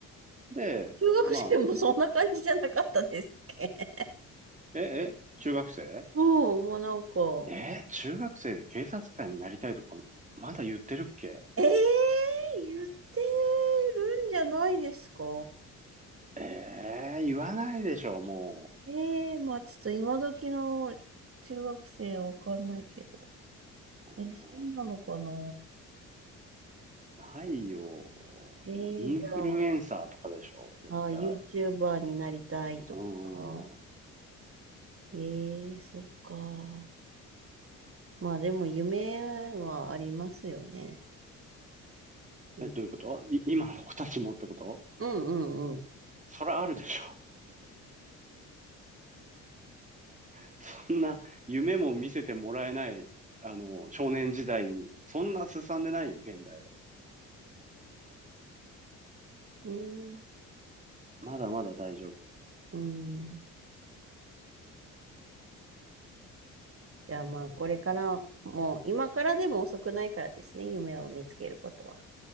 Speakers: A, on the right (about 20°); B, on the right (about 35°).
A: で、
B: 中学生もそんな感じじゃなかったですっけ
A: まあ、え、え、中学生
B: うん、もうなんか、
A: え、中学生で警察官になりたいとか、まだ言ってるっけ
B: ええ言ってるんじゃないですか
A: ええ言わないでしょ、も
B: ええまあちょっと今時の中学生わかんないけど。
A: う。うん
B: えー、そうなのかな
A: ないよ。もうインフルエンサーとかでしょ、
B: ええじゃ
A: 絶対。
B: あ、あ、YouTuber になりたいとか。
A: うん。
B: ええそっか。まあでも夢はありますよね。ゆ
A: え、どういうことい、今の子たちもってこと
B: うんうんうん。
A: それあるでしょ。<laughs> そん夢も見せてもらえない、あの、少年時代に。そんなすさんでないよ、現代は。
B: ねえ
A: まだまだ大丈夫。
B: うん。じゃあまあ、これからもう、今からでも遅くないからですね、夢を見つけることは。